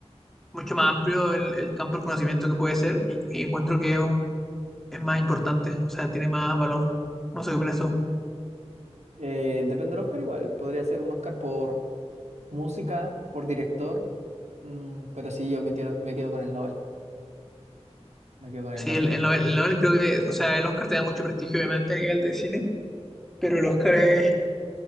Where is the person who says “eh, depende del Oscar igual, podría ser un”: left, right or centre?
Right